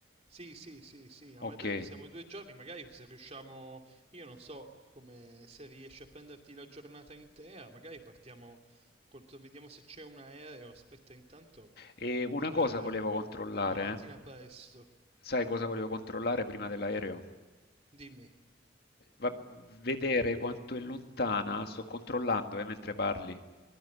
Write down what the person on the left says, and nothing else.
Ok.
E una
cosa volevo controllare,
eh.
sai cosa volevo controllare prima dell'aereo?
Va- vedere quanto è lontana, sto controllando eh, mentre parli,